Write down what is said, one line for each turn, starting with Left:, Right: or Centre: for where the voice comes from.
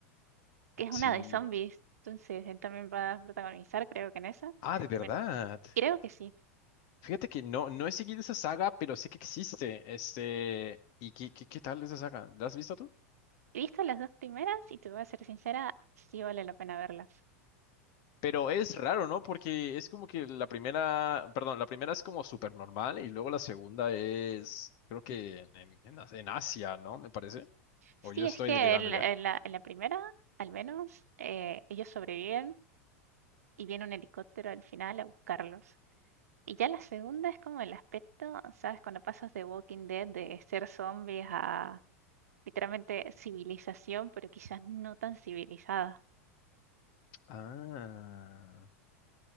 Right: que es
Left: Sí.
Right: una de zombies. Entonces, él también va a protagonizar, creo que en esa.
Left: Ah,
Right: Entonces,
Left: de verdad.
Right: también- Creo que sí.
Left: Fíjate que no, no he seguido esa saga, pero sé que existe. Este, ¿y qué, qué, qué tal esa saga? ¿La has visto tú?
Right: He visto las dos primeras y te voy a ser sincera, sí vale la pena verlas.
Left: Pero es raro, ¿no? Porque es como que la primera, perdón, la primera es como súper normal y luego la segunda es, creo que en, en- en As- en Asia, ¿no? Me parece.
Right: Sí,
Left: O yo estoy
Right: es que
Left: delirando
Right: en, la,
Left: ya.
Right: en la- en la primera, al menos, eh, ellos sobreviven y viene un helicóptero al final a buscarlos. Y ya la segunda es como el aspecto, ¿sabes? Cuando pasas de Walking Dead, de ser zombies a literalmente civilización, pero quizás no tan civilizada.
Left: Ah,